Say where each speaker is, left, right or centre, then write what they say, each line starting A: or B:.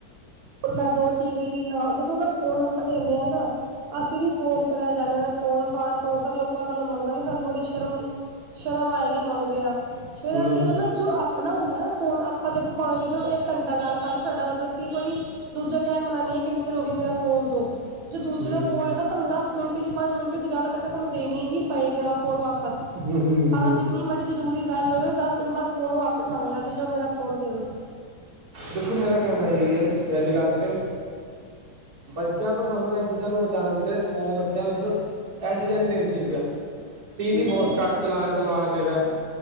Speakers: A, on the right (about 85°); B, on the right (about 50°).
A: ਨਾਂ ਦੋ ਟੀ ਵੀ ਵੀ ਖਾਓ ਦੇਖੋ ਅਗਰ ਫੋਨ ਆਪਾਂ ਦਿੰਦੇ ਹਨਾ ਅਸੀਂ ਵੀ ਫੋਨ ਕਰੇਆ ਜਾਗੇ ਫੋਨ- ਫਾਨ ਤੋ ਲੋਕਾਂ ਕੱਲੋਂ ਮੰਗਾਂਗੇ ਸਾਨੂੰ ਥੋੜੀ ਸ਼ਰਮ ਸ਼ਰਮ ਆਏਗੀ ਮੰਗਦੇਆਂ। ਫਿਰ
B: ਹੂੰ
A: ਅਸੀਂ ਮਤਲਬ ਜੋ ਆਪਣਾ ਹੁੰਦਾ ਨਾ ਫੋਨ ਆਪਾਂ ਦੇਖੋ ਭਾਵੇ ਕਿਸੇ ਹੁਣ ਇੱਕ ਘੰਟਾ ਗੱਲ ਕਰ ਤੁਆਡਾ ਮਤਲਬ ਕਿ ਕੋਈ ਦੂਜਾ ਕੈਣ ਵਾਲਾ ਨੀ ਹੈ ਕਿੰਨੀ ਦੇਰ ਹੋ ਗਈ ਮੇਰਾ ਫੋਨ ਦਓ। ਜੇ ਦੂਜੇ
B: ਹੂੰ
A: ਦਾ ਫੋਨ ਹੈਗਾ ਸਾਨੂੰ ਦਸ ਮਿੰਟ ਚ ਪੰਜ ਮਿੰਟ ਚ ਗੱਲ ਕਰਕੇ ਸਾਨੂੰ ਦੇਣੀ ਹੀ ਪਏਗੀ ਆ ਫੋਨ ਵਾਪਸ।
B: ਹੂੰ
A: ਏ
B: ਹੂੰ ਹੂੰ
A: ਜਿੰਨੀ ਮਰਜ਼ੀ ਜ਼ਰੂਰੀ ਗੱਲ ਹੋਵੇ ਦਸ ਮਿੰਟ ਬਾਅਦ ਫੋਨ ਉਹ ਆਪੇ ਮੰਗ ਲੈਦੇ ਜੇ ਮੇਰਾ ਫੋਨ ਦੇ ਦੋ।
B: ਦੇਖੋ ਮੇਰਾ ਕੈਣਾ ਓਹੀ ਏ ਪੇਲੀ ਗੱਲ ਤੇ ਬੱਚਿਆਂ ਤੋਂ ਸਾਨੂੰ ਏ ਚੀਜ਼ਾਂ ਨੂੰ ਬਚਾਣਾ ਚਾਈਦਾ, ਫੋਨ ਬੱਚਿਆਂ ਨੂੰ ਮਤਲਬ ਐ ਚੀਜ਼ਾਂ ਨਈ ਦੇਣੀ ਚਾਈਦੀਆ। ਟੀ ਵੀ
A: ਬਿਲਕੁਲ,
B: ਬੋਤ ਘੱਟ ਚਲਾ ਚਲਵਾਣਾ ਚਾਈਦਾ,